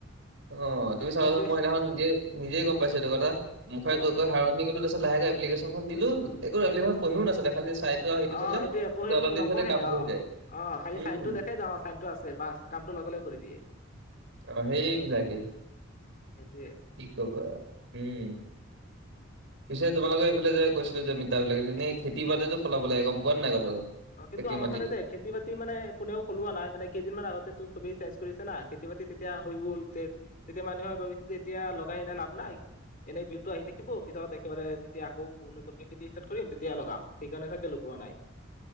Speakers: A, on the right; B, on the left.
A: অ তুমি চাব
B: এপ্লিকেশ
A: মই সিদিনাখন নিজে, নিজে গম পাইছো এইটো কথা মুখে
B: অ
A: কৈ কৈ হাৰ মানি গলো তাৰ পিছত লাহে লাহে এ্লিকেশ্যনখন দিলো, একো এপ্লিকেচন পঢ়িও নাছিলে খালি চাইনটো আৰু সেইটো
B: অ
A: চালে
B: এইটো পঢ়ি <unintelligible>
A: অলপ
B: মোৰ
A: দেৰি
B: নপঢ়ে
A: পিছতে কাম কৰি
B: অ
A: যায়
B: অ খালি
A: উম
B: চাইন টো দেখে, যে চাইনটো আছে, বাচ কামটো লগে লগে কৰি দিয়ে।
A: অ সেইবিলাকে
B: সেইটোৱে
A: কি কবা, উম।
B: <inaudible>
A: পিছে তোমালোকৰ এইফালে যে কৈছিলো যে মিতাবিলাক এনে খেতি বাতিতো চলাব লাগে গম পোৱা নাই কথাটো।
B: অ কিন্তু
A: খেতি
B: আমাৰ
A: মাটিটো
B: ফালে খেত খেতি বাতি মানে কোনেও সলোৱা নাই মানে কেইদিনমান আগতে তো সবেই চেঞ্জ কৰিছে না খেতি বাতি তেতিয়া হৈ গ'ল তে তেতিয়া মানুহে ভাবিছিলে যে এতিয়া লগাই এনেই লাভ নাই এনেই বিলটো আহি থাকিব অফিছত একেবাৰে যদি আকৌ নতুনক খেতি ষ্টাৰ্ কৰিম তেতিয়া লগাম, সেইকাৰণে চাগে লগোৱা নাই।